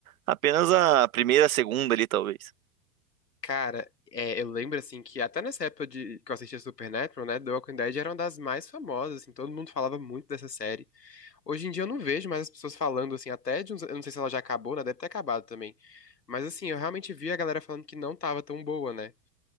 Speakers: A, on the right; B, on the left.
A: apenas a primeira, a segunda ali, talvez.
B: Cara, é, eu lembro assim que até nessa época de, que eu assistia Supernatural, né? The Walking Dead era uma das mais famosas, assim, todo mundo falava muito dessa série. Hoje em dia eu não vejo mais as pessoas falando, assim, até de uns, eu não sei se ela já acabou, né? Deve ter acabado também. Mas assim, eu realmente vi a galera falando que não tava tão boa, né?